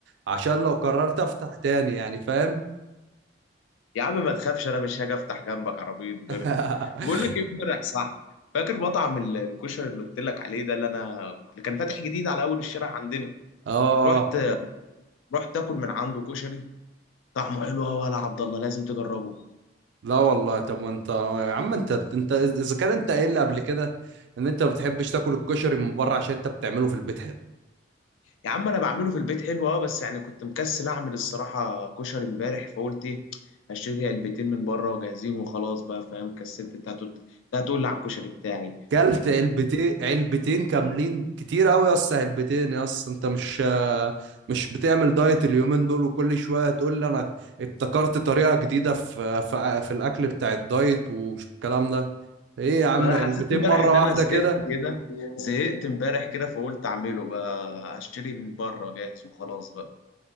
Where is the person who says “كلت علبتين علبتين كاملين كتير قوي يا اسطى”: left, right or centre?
Right